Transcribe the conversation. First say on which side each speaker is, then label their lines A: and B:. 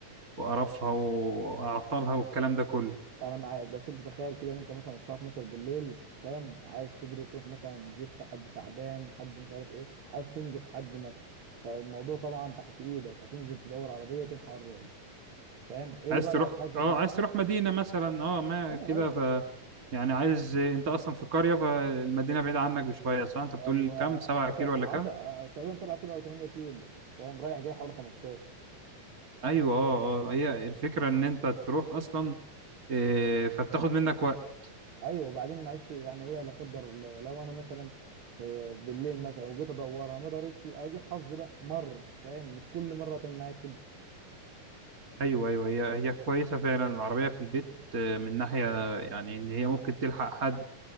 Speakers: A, on the right; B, on the right.
A: وقرفها وأعطالها والكلام ده كله
B: انا معاك بس انت تخيل كده ان انت مثلا الساعه 12 بالليل فاهم عايز تجري تروح مثلا زفت حد تعبان حد مش عارف ايه عايز تنجد حد مثلا فالموضوع طبعا تحت ايدك هتنزل تدور عربيه تلحق الراجل فاهم ايه اللي
A: عايز
B: بقى
A: تروح
B: لو حظك
A: اه
B: نحس
A: عايز تروح مدينة مثلا اه ما
B: اه اه
A: كده ف يعني عايز انت اصلا في قرية فالمدينة بعيدة عنك بشوية صح انت بتقول
B: ايوه
A: كام سبعة
B: 10
A: كيلو
B: 10
A: ولا كام
B: تقريبا 7 كيلو او 8 كيلو فاهم رايح جاي حوالي 15
A: ايوه اه اه هي الفكرة ان انت تروح اصلا إيه، فبتاخد منك وقت
B: ايوه وبعدين معلش يعني ايه لا قدر الله لو انا مثلا في بالليل مثلا وجيت ادورها ما دارتش ادي حظ بقى مره فاهم مش كل مره تم معاك
A: ايوه ايوه هي هي كويسه فعلا العربيه في البيت آه، من ناحيه يعني ان هي ممكن تلحق حد